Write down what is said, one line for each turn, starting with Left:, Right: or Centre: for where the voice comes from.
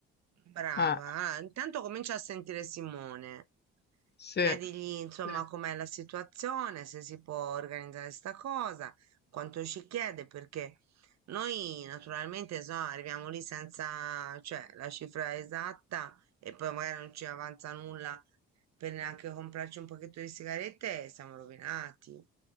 Right: Brava,
Left: Eh,
Right: ah, intanto comincia a sentire Simone.
Left: sì.
Right: Chiedigli insomma
Left: sì.
Right: com'è la situazione, se si può organizzare sta cosa, quanto ci chiede, perché noi naturalmente so, arriviamo lì senza, cioè, la cifra esatta e poi magari non ci avanza nulla per neanche comprarci un pacchetto di sigarette e siamo rovinati.